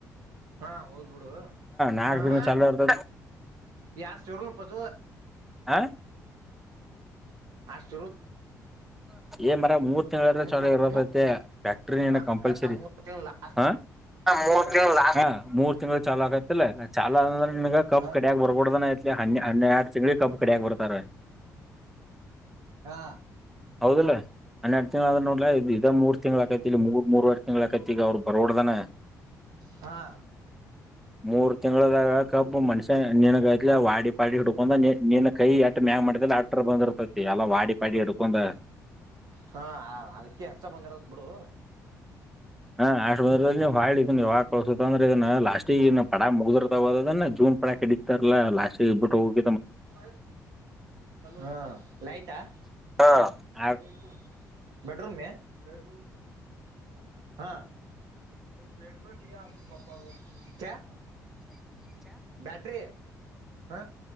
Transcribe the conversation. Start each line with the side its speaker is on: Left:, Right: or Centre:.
Right: ಹಾ ಹೋದ್ಬಿಡು
Centre: ನಾಕ್
Right: ಹ
Centre: ತಿಂಗಳ ಚಲೋ ಇರ್ತತಿ
Right: ಯಸ್ರು ಉಪಸು
Centre: ಹ
Right: ಹಷ್ಟ
Centre: ಎ ಮ ಮೂ ಚಲ
Right: ಮೂರ್
Centre: ಇರತ್ತೆ ಫ್ಯಾಕ್ಟ್ರ
Right: ಹ
Centre: ಕಂಪಲ್ಸರಿ
Right: ಹ ಮೂರ್ ತಿಂಗಳ ಲಾಸ್ಟ್
Centre: ಹಾ ಮೂ
Right: ಹ
Centre: ಹ ಮೂರ್ ತಿಂಗಳು ಚಾಲ ಆಗತಿಲ್ಲ ಚಾಲ ಅಂದ್ರೆ ನಿಮ ಕಪ್
Right: ಹ
Centre: ಕಡಿಯಾಗ ಬರ್ಬಡ್ದ ಐತ್ಲಿ ಹ ಹೆ ಚಂಗಡಿ ಕಬ್ಬ ಕಡಿಯಕ್ ಬರ್ತಾರೆ
Right: ಹಾ
Centre: ಹೌದಲ್ಲ ಹನ್ನೆರಡು ತಿಂಗ್ ಆದ್ ನೋಡ್್ರ ಇದ ಮೂರ್ ತಿಂಗ್ ಆಕೈತಿ ಇಲ್ಲಿ ಮೂರ್ ಮೂರ್ವರ್ಷ ತಿಂಗಳಕೈತಿ ಈಗ ಅವ್ರು ಬರೋಡ್ದಾನ
Right: ಹಾ
Centre: ಮೂರ್ ತಿಂಗಗಳದಾಗಕಬ್ ಮನ್ಷ್ಯ ನೀನ್ಗೈತ್ಲ ವಾಡಿ ಪಾಡಿ ಹುಡ್ಕೊಂಡಂದ ನೀನ್ ಕೈ ಎಟ ಮ ಹ ಮಾಡ ಆಡಕ್ಟರ್ ಬಂದಿರ್ತೈತಿ ಎಲ್ಲ ವಾಡಿ ಪಾಡಿ ಹಡ್ಕೊಂಡ್
Right: ಹಾ ಅದಕ್ಕೆ ಹಸ ಬಂದಿರತ್ ಬಿಡು
Centre: ಹ ಆ ಹಾಳ ಇದ ಯಾವಾಗ ಕಳ್ಸ ಅಂದ್ರೆ ಇದ ಲಾಸ್ಟಗ ಪಡ ಮುಗಿದಗೋದನ್ ಕಡಿತಾರಲ್ಲ ಲಾಸ್ಟ್ ಇಬಿು ಹೋಗ
Right: ವ ಹ ಲೈಟ್ ಆ
Centre: ಹಾ ಆ
Right: ೂಮ ಬೆಡ್ ರೂಮ ಬೆೇಡ್ ರೂಮ ಸಿ ನಿಚೆ ಮಾ ಹ ಬಟ ಪ ಕ್ಯಾ ಬ್ಯಾಟ್ರ ಹ